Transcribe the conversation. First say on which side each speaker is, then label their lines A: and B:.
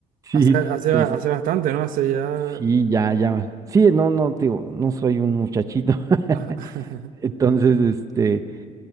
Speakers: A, on the right (about 25°); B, on the right (about 75°).
A: Sí,
B: Hace, hace,
A: entonces,
B: hace bastante, ¿no? Hace ya...
A: sí, ya, ya. Sí, no, no, te digo, no soy un muchachito. <laughs>
B: Ajá. <laughs>
A: Entonces, este,